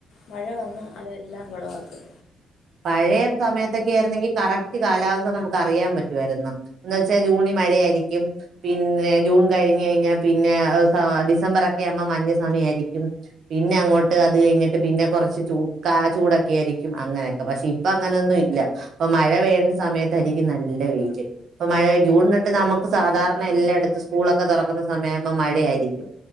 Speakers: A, on the left; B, on the right.
A: മഴ വന്ന് അതെല്ലാം കുളവാ <unintelligible>
B: പഴയസമയത്തൊക്കെആയിര്ന്നെങ്കിൽ കറക്റ്റ് കാലാവസ്ഥ നമുക്ക് അറിയാൻ പറ്റുവായിരുന്നു എന്ന് വെച്ചാ ജൂണി മഴയായിരിക്കും പിന്നെ ജൂൺ കഴിഞ്ഞ് കഴിഞ്ഞാ പിന്നെ ആഹ് ഡിസമ്പറക്കെ ആഹുമ്പം മഞ്ഞ് സമയായിരിക്കും പിന്നെ അങ്ങോട്ട് അത് കഴിഞ്ഞിട്ട് പിന്നെ കുറച്ച് ചൂ കാ ചൂടൊക്കെ ആയിരിക്കും അങ്ങനെ പക്ഷെ ഇപ്പ അങ്ങനൊന്നും ഇല്ല ഇപ്പൊ മഴ പെയ്യണ്ട സമയത്തായിയിരിക്കും നല്ല വെയില് ഇപ്പൊ മഴ ജൂൺ തൊട്ട് നമുക്ക് സാധാരണ എല്ലായിടത്തും സ്കൂളൊക്കെ തുറക്കുന്ന സമയത്ത് മഴയായിരിക്കും